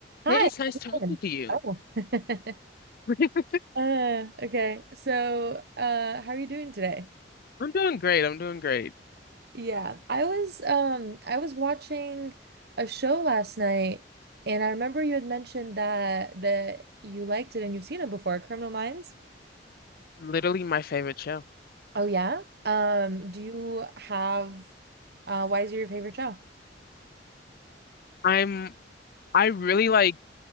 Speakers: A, on the right; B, on the left.
A: Hi,
B: Hey, it's nice
A: how's it
B: talking
A: going?
B: to you.
A: Oh. <laughs>
B: <laughs>
A: Uh, okay. So, uh, how are you doing today?
B: I'm doing great. I'm doing great.
A: Yeah, I was um I was watching a show last night and I remember you had mentioned that that you liked it and you've seen it before, Criminal Minds.
B: Literally my favorite show.
A: Oh yeah. Um, do you have uh why is it your favorite show?
B: I'm I really like